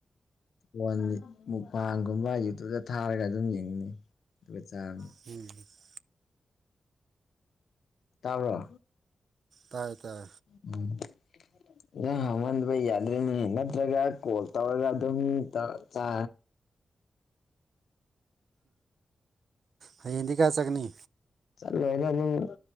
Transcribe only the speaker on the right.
<unintelligible>
ꯇꯥꯏ ꯇꯥꯏ
ꯍꯌꯦꯡꯗꯤ ꯀꯥꯏ ꯆꯠꯀꯥꯅꯤ